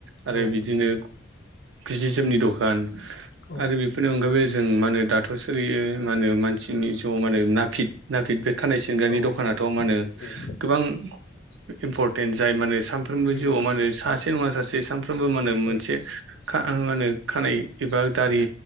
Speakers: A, on the right; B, on the left.
A: आरो
B: औ
A: बिदिनो जि जोमनि दखान
B: औ
A: आरो बेफोरनि अनगायै- जों मा होनो दाथ' सोलियो मा होनो मानसिनि ज' मान आरो ना। नाफिटफोर बे खानाय सिनग्रानि
B: औ
A: दखानथ मा होनो
B: उम
A: गोबां इम्परटेन्ट। जाय माने सानफ्रोमबो
B: उम
A: जिउआव माने सासे नङा सासे सानफ्रोमबो माने मोनसे
B: ओ
A: खानाय एबा दारि